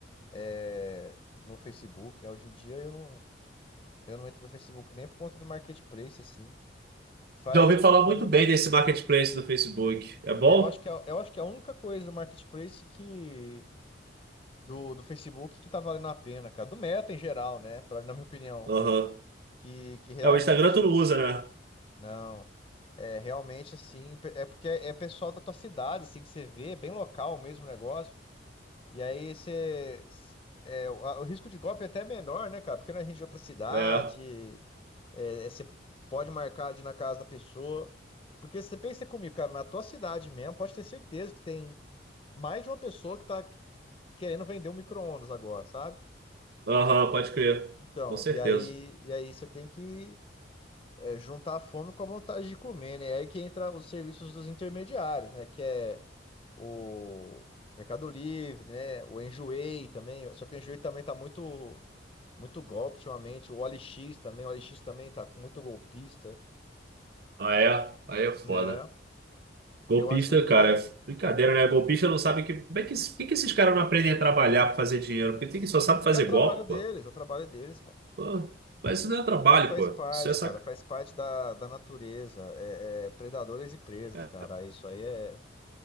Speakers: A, on the left; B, on the right.
A: é, no Facebook, né? Hoje em dia eu não. Eu não entro no Facebook nem por conta do marketplace, assim. Faz,
B: Já ouvi falar
A: faz
B: muito
A: um
B: bem
A: tempinho.
B: desse marketplace do Facebook. É bom?
A: Eu acho que é, eu acho que é a única coisa do marketplace que do, do Facebook que tá valendo a pena, cara. Do Meta em geral, né? Pra, na minha opinião,
B: Aham.
A: que, que realmente
B: É, o Instagram tu não usa, né?
A: não. É realmente assim, pe- é porque é, é pessoal da tua cidade, assim, que você vê, é bem local mesmo o negócio. E aí você. É, o, a- o risco de golpe é até menor, né, cara? Porque não é gente de outra cidade,
B: É.
A: é, você pode marcar de ir na casa da pessoa. Porque você pensa comigo, cara, na tua cidade mesmo, pode ter certeza que tem mais de uma pessoa que tá querendo vender um micro-ondas agora, sabe?
B: Aham, pode crer.
A: Então,
B: Com certeza.
A: e aí, e aí você tem que é, juntar a fome com a vontade de comer, né? E aí que entra os serviços dos intermediários, né? Que é o Mercado Livre, né? O Enjoei também. Só que o Enjoei também tá muito, muito golpe ultimamente. O OLX também. O OLX também tá com muito golpista.
B: Ah, é? Aí é foda.
A: É.
B: Golpista,
A: Eu acho que
B: cara, é brincadeira, né? Golpista não sabe que. Como é que, por que que esses caras não aprendem a trabalhar pra fazer dinheiro? Porque tem que só sabe fazer
A: é o trabalho
B: golpe,
A: deles,
B: pô.
A: é o trabalho deles, cara.
B: Pô, Mas isso não é trabalho,
A: Vai faz
B: pô.
A: parte,
B: Isso é sac...
A: cara. Faz parte da, da natureza. É, é predadores e presas,
B: é,
A: cara. Isso aí é.